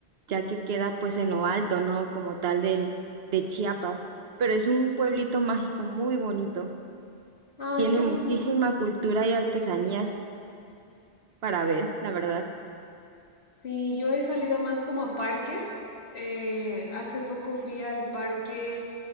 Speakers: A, on the right; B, on the left.
A: ya que queda pues en lo alto, ¿no? Como tal del, de Chiapas. Pero es un pueblito mágico muy bonito.
B: Ay,
A: Tiene
B: qué
A: muchísima
B: bonito.
A: cultura y artesanías para ver, la verdad.
B: Sí, yo he salido más como a parques. eh, hace poco fui al parque